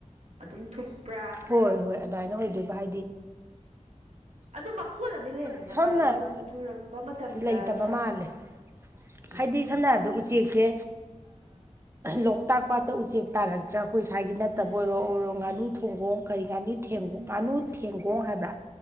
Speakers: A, on the right; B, on the right.
A: ꯑꯗꯨꯝ ꯊꯨꯞꯄ꯭ꯔꯥ
B: ꯍꯣꯏ ꯍꯣꯏ ꯑꯗꯨꯥꯏꯅ ꯑꯣꯏꯗꯣꯏ ꯚꯥꯏ
A: ꯑꯗꯨꯃꯛ ꯀꯣꯠꯂꯅꯤ ꯂꯩꯔꯝꯗꯅ
B: ꯁꯝꯅ
A: ꯃꯥꯒꯤ ꯅꯣꯡ ꯆꯨꯔꯛꯄ ꯃꯇꯝꯗ
B: ꯂꯩꯇꯕ
A: ꯅꯨꯡꯁꯥ
B: ꯃꯥꯜꯂꯦ
A: ꯑꯦ
B: ꯍꯥꯏꯗꯤ ꯁꯝꯅ ꯍꯥꯏꯔꯕꯗ ꯎꯆꯦꯛꯁꯦ ꯂꯣꯛꯇꯥꯛ ꯄꯥꯠꯇ ꯎꯆꯦꯛ ꯇꯥꯔꯛꯇ꯭ꯔꯥ ꯑꯩꯈꯣꯏ ꯁ꯭ꯋꯥꯏꯒꯤ ꯅꯠꯇꯕ
A: ꯎꯝ
B: ꯑꯣꯏꯔꯣ ꯑꯣꯏꯔꯣ ꯉꯥꯅꯨ
A: ꯎꯝ
B: ꯊꯣꯡꯒꯣꯡ ꯀꯔꯤ ꯉꯥꯅꯨ
A: ꯎꯝ
B: ꯉꯥꯅꯨ ꯊꯦꯡꯒꯣꯡ ꯍꯥꯏꯕ꯭ꯔꯥ